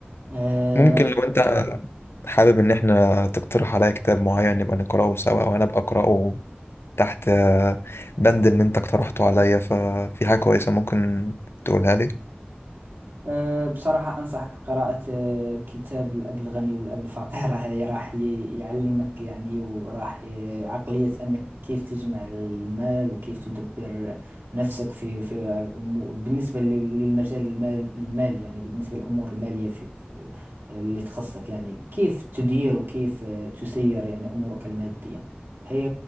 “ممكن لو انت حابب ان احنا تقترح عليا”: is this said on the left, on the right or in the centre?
Left